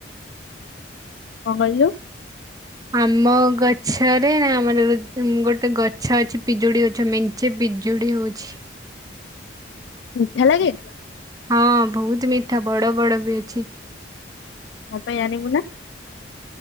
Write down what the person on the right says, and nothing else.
ଆମ ଗଛରେ ନା ଆମ ଗୋଟେ ଗଛ ଅଛି ପିଜୁଳି ଗଛ ମେଞ୍ଚେି ପି ଜୁଡ଼ି ହଉଛି।
ହଁ ବହୁତ ମିଠା। ବଡ଼ ବଡ଼ ବି ଅଛି।